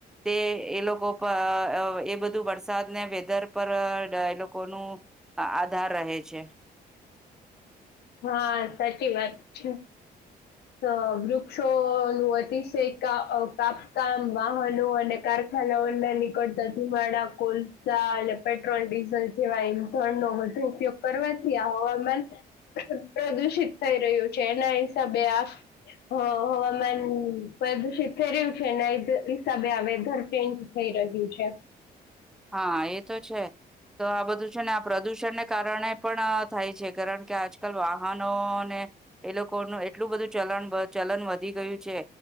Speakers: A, in the centre; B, on the left.
A: તે એ લોકો પા અ એ બધું વરસાદ ને વેધર પર એ લોકો નુ આધાર રહે છે.
B: હા સાચી વાત છે તો વુ ક્ષો નું અતિશય કા અ કાપકામ વાહનો અને કારખાનાઓના નિકટ તા ધુમાડા કોલસા પેટ્રોલ ડીઝલ જેવા ઈંધણનો વધુ ઉપયોગ કરવાથી હવામાન પ્રદુષિત થઈ રહ્યું છે એના હિસાબે આ
A: <inaudible>
B: હ હવામાન પ્રદુષિત થઈ રહ્યું છે હિસાબે આ વેધર ચેન્જ થઈ ર રહ્યું છે.
A: હા એ તો છે. તો આ બધું છે ને આ પ્રદુષણને કારણે પણ થાય છે કારણ કે આજકાલ વાહનોને એ લોકોનું એટલું બધું ચલન ચલન વધી ગયું છે